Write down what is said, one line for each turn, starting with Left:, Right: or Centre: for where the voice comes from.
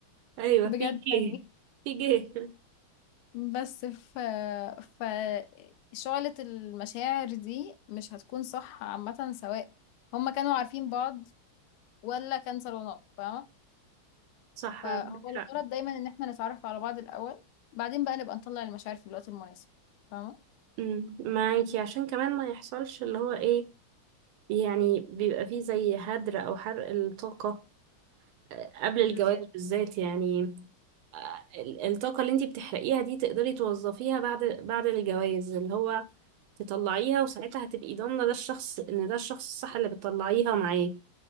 Right: أيوة
Left: بجد
Right: في جه
Left: يعني ايه
Right: في جه
Left: بس ف ف شعلة المشاعر دي مش هتكون صح عامة سواء هما كانوا عارفين بعض ولا كان صالونات فاهمة
Right: صح
Left: فهو
Right: عندك
Left: الغرض
Right: حق
Left: دايما ان احنا نتعرف على بعض الاول بعدين بقى نبقى نطلع المشاعر في الوقت المناسب فاهمه
Right: أمم، معاكي عشان كمان ما يحصلش اللي هو إيه يعني بيبقى فيه زي هدر أو حرق الطاقة آه، قبل الجواز
Left: بالظبط
Right: بالذات يعني ال- الطاقة اللي انتي بتحرقيها دي تقدري توظفيها بعد بعد الجواز اللي هو تطلعيها وساعتها هتبقي ضامنة ده الشخص ان ده الشخص الصح اللي بتطلعيها معاه